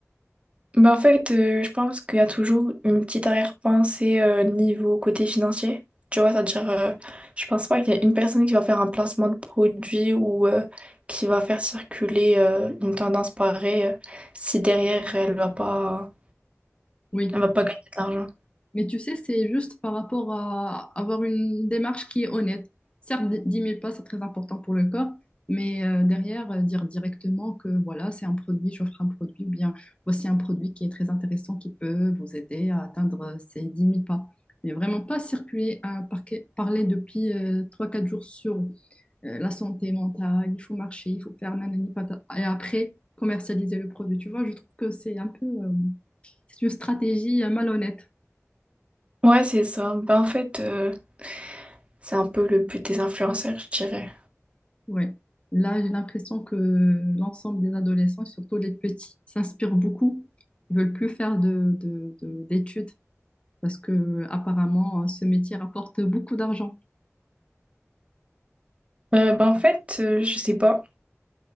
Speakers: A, on the right (about 25°); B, on the left (about 25°).
A: Bah en fait, euh, je pense qu'il y a toujours une petite arrière-pensée euh, niveau côté financier. Tu vois, c'est-à-dire, euh, je pense pas qu'il y a une personne qui va faire un placement de produit ou euh, qui va faire circuler euh, une tendance pareille euh, si derrière elle va pas,
B: Oui.
A: elle va pas gagner de l'argent.
B: Mais tu sais, c'est juste par rapport à avoir une démarche qui est honnête. Certes, dix dix mille pas, c'est très important pour le corps, mais euh, derrière, euh, dire directement que voilà, c'est un produit, j'offre un produit, ou bien voici un produit qui est très intéressant, qui peut vous aider à atteindre euh, ces dix mille pas mais vraiment pas circuler à parquet- parler depuis euh, trois quatre jours sur euh, la santé mentale, il faut marcher, il faut faire nanani patata. Et après, commercialiser le produit. Tu vois, je trouve que c'est un peu, euh, c'est une stratégie euh, malhonnête.
A: Ouais, c'est ça. Bah en fait, euh, c'est un peu le but des influenceurs, je dirais.
B: Ouais. Là, j'ai l'impression que l'ensemble des adolescents, et surtout les petits, s'inspirent beaucoup. Ils veulent plus faire de, de- de- d'études parce que apparemment, euh, ce métier rapporte beaucoup d'argent.
A: Euh, ben, en fait, euh, je sais pas.